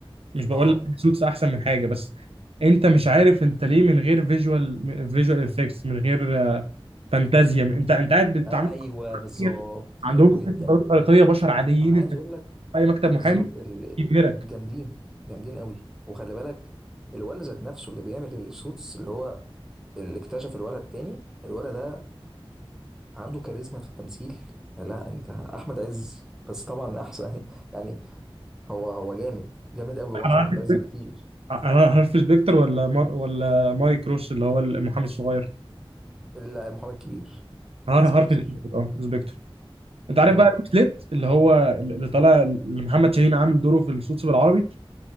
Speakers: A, on the right (about 85°); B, in the centre.
A: مش بقول
B: اه
A: لك سوتس أحسن من حاجة بس أنت مش عارف أنت ليه من غير فيجوال فيجوال إفكتس من غير آه، فانتازيا أنت أنت قاعد بتتعامل
B: أ- ايوه
A: مع
B: بالظبط
A: بشر عندهم
B: حلو جدا
A: قدرات خارقية بشر عاديين
B: انا عايز
A: أنت
B: اقول لك
A: في أي مكتب محامي
B: بالظبط ال-
A: يبهرك
B: جامدين جامدين قوي وخلي بالك الولد ذات نفسه اللي بيعمل السوتس اللي هو اللي اكتشف الولد التاني الولد ده عنده كاريزما في التمثيل لا انت احمد عز بس طبعا احسن <laughs> يعني هو هو جامد جامد قوي هو احسن
A: أنا عارف
B: من احمد عز بكتير
A: أنا هارفي سبيكتر ولا مار ولا مايك روس اللي هو المحامي الصغير
B: الا محمد كبير
A: هار
B: سبكتر
A: هارفي سبيكتر أه سبيكتر أنت عارف
B: امم
A: بقى روس ليت اللي هو اللي طالع اللي محمد شاهين عامل دوره في السوتس بالعربي